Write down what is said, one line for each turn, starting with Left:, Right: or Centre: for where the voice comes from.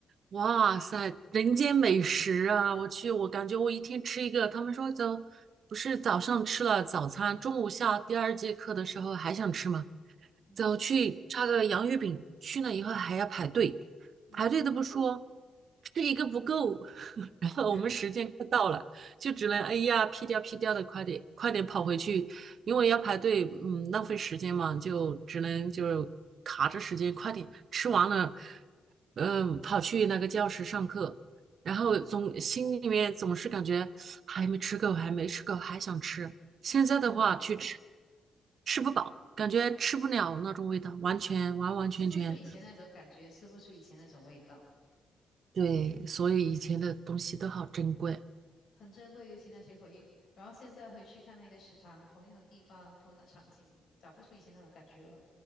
Right: 哇塞，人间美食啊！我去，我感觉我一天吃一个。他们说早不是早上吃了早餐，中午下第二节课的时候还想吃吗？
Left: 嗯哼，
Right: 走去差个洋芋饼，去了以后还要排队，
Left: 嗯，
Right: 排队都不说，吃一个不够，<laughs> 然后我们时间快到了，
Left: <laughs>
Right: 就只能哎呀屁颠屁颠的快点快点跑回去，因为要排队，嗯，浪费时间嘛，就只能就卡着时间快点吃完了，嗯，跑去那个教室上课。然后总心里面总是感觉还没吃够，还没吃够，还想吃，现在的话去吃
Left: 对，
Right: 吃不饱，感觉吃不了那种味道，完全完完全全
Left: 吃不出以前那种感觉，吃不出以前那种味道。
Right: 对，所以以前的东西都好珍贵
Left: 很珍贵，尤其那些回忆。然后现在回去看那个食堂，同样的地方，同样的场景，找不出以前那种感觉了。